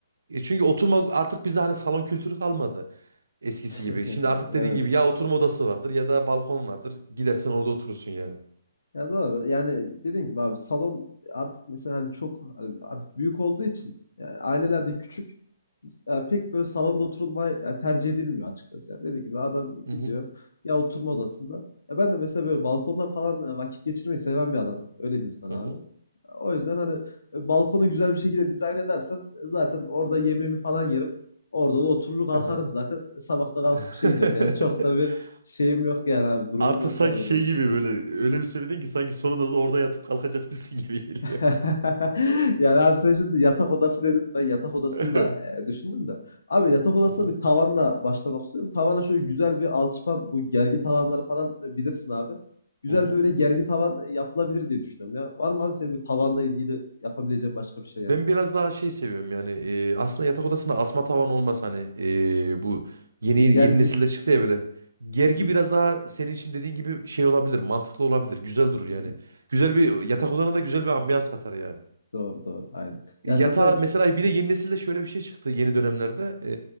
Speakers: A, on the right; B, on the left.
A: e, çünkü oturma artık bize hani salon kültürü kalmadı eskisi
B: <laughs>
A: gibi. Şimdi artık dediğin
B: Evet.
A: gibi ya oturma odası vardır ya da balkon vardır. Gidersen orada oturursun yani.
B: Ya doğru. Yani dediğim gibi abi salon artık mesela hani çok hani artık büyük olduğu için yani ailelerde küçük ya pek böyle salonda oturulmayı ya tercih edilmiyor açıkçası. Yani dediğim gibi adam
A: Hı
B: gidiyor
A: hı.
B: ya oturma odasında. Ya ben de mesela böyle balkonda falan e, vakit geçirmeyi seven bir adamım. Öyle diyeyim sana
A: Hı hı.
B: abi. O yüzden hani e, balkonu güzel bir şekilde dizayn edersem e, zaten orada yemeğimi falan yerim. Orada da oturur kalkarım
A: Aha.
B: zaten. E, Sabah da kalkıp
A: <laughs>
B: bir şey gidiyorum. Yani çok da bir şeyim yok yani abi. Durumum
A: Artık
B: yok
A: sanki
B: yani öyle.
A: şey gibi böyle öyle bir söyledin ki sanki sonunda da orada yatıp kalkacakmışsın gibi geliyor.
B: <laughs> Yani abi sen şimdi yatak odası dedin. Ben yatak odasını
A: <laughs>
B: da eee, düşündüm de. Abi yatak odasına
A: Hı hı.
B: bir tavanla başlamak istiyorum. Tavana şöyle güzel bir alçıpan bu gergi tavanları falan e, bilirsin abi. Güzel
A: Hı hı.
B: bir böyle gergi tavan e, yapılabilir diye düşünüyorum ya. Var mı abi senin bir tavanla ilgili yapabileceğin başka bir şey
A: Ben
B: yani?
A: biraz daha şey seviyorum yani e, aslında yatak odasına asma tavan olmaz hani e, bu yeni
B: Şey
A: yeni
B: gergi.
A: nesilde çıktı ya böyle. Gergi
B: Hı,
A: biraz daha senin için dediğin gibi şey olabilir, mantıklı olabilir, güzel durur
B: hı
A: yani.
B: hı.
A: Güzel bir yatak odana da güzel bir ambiyans katar yani.
B: Doğru doğru aynen. Ya
A: Yatağa
B: zaten
A: mesela bir de yeni nesilde şöyle bir şey çıktı yeni dönemlerde. E,